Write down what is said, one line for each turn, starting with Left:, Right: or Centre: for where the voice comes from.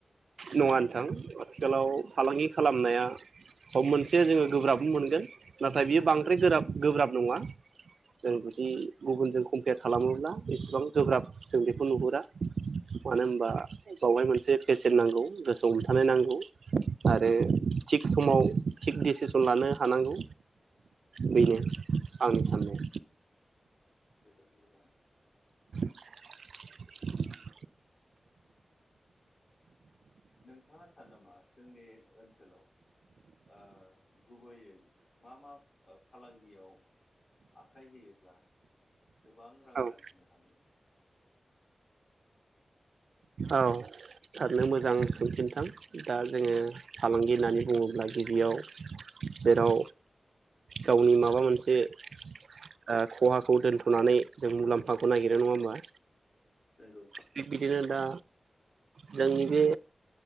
Right: नङा नोंथां आथिखालाव फालांगि खालामनाया सम मोनसे जोङो गोब्राबो मोनगोन नाथाय बियो बांद्राय गोब्राब नङा। जों जुदि
Left: नंगौ
Right: गुबुनजों कम्पेयार खालामोब्ला। एसेबां गोब्राब जों खौ नुहुरा मानो होनबा बावहाय मोनसे पेसेन नांगौ गोसोआव हमथानाय नांगौ आरो
Left: नंगौ
Right: थिग समाव थिग डिसिसन लानो हानांगौ। बेनो
Left: नंगौ
Right: आंनि साननाय
Left: जोबोद मोजां।
Right: <inaudible> <inaudible>
Left: नोंथाङा सानो नामा जोंनि ओनसोलाव ओ गुबैयै मा-मा फालांगियाव आखाइ होयोब्ला गोबां रां
Right: औ
Left: आरजिनो हागोन।
Right: औ थारैनो मोजां सोंथि नोंथां दा जोङो फालांगि होननानै बुङोब्ला गिबियाव जेराव गावनि माबा मोनसे एसे ओ ख'हाखौ दोनथ'नानै जों मुलाम्फाखौ नागिरो
Left: नंगौ
Right: नङा होमबा।
Left: नंगौ।
Right: थिग बिदिनो दा जोंनि बे